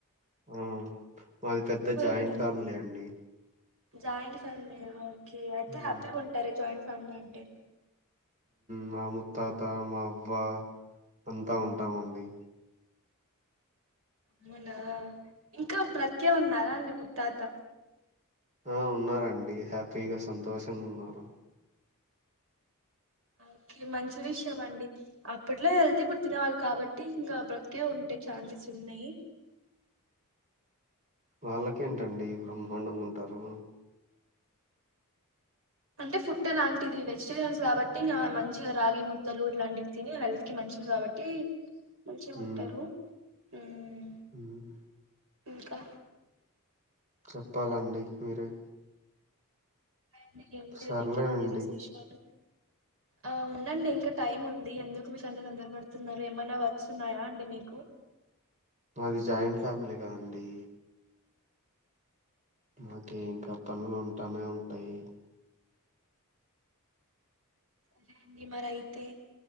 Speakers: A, on the right; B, on the right.
A: ఆ మాది పెద్ద జాయింట్
B: ఉంటారు
A: ఫ్యామిలీ అండి
B: జాయింట్ ఫ్యామిలీ ఆ అయితే
A: హ్మ్
B: హ్యాపీ గా ఉంటారే జాయింట్స్ ట్ అంటే
A: మా ముత్తాత మా అవ్వ అంతా ఉంటామండి
B: అవునా ఇంకా బ్రతికే ఉన్నారా అండి ముత్తాత
A: ఆ ఉన్నరండి హ్యాపీగా సంతోషంగా ఉన్నారు
B: ఓకే మంచి విషయం అండి అప్పట్లో ఐతే పుర్టిన వాళ్ళు కాబట్టి ఇంకా బ్రతికే ఉంటే ఛాన్సెస్ ఉన్నాయి
A: వాళ్ళకేంటండి బ్రహ్మాండంగా ఉంటారు
B: అంటే ఫుడ్ అలాంటిది వెజిటేరియన్స్ కాబట్టి నా మంచిగా రాగి ముద్దలు ఇలాంటివి తిని హెల్త్ కి మంచిది కాబట్టి మంచిగా
A: హ్మ్
B: ఉంటారు హ్మ్
A: హ్మ్
B: ఇంకా
A: చెప్పాలండి మీరే
B: <unintelligible> ఎమ్ లేదు
A: సర్లేండి
B: ఇంకెంతే విశేషాలు ఆ ఉండండి ఇంకా టైం ఉంది ఎందుకు మీకు అంత తొందరపడుతున్నారు ఏమన్నా వర్క్స్ ఉన్నాయా అండి మీకు
A: మాది జాయింట్ ఫ్యామిలీగాదండి మాకి ఇంక పనులు ఉంటానే ఉంటాయి
B: సరే అండి మరైతే